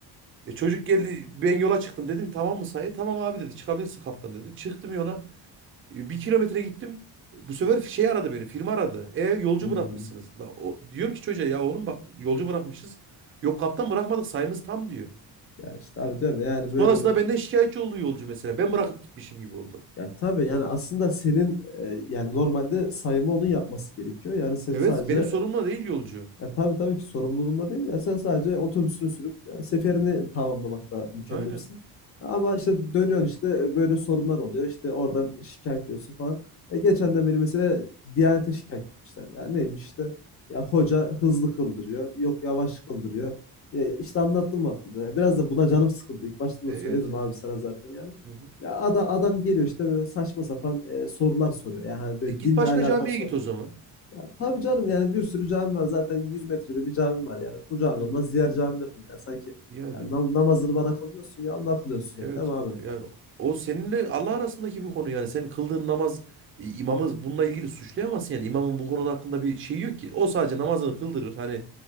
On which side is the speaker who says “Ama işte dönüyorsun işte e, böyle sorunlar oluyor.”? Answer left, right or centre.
Left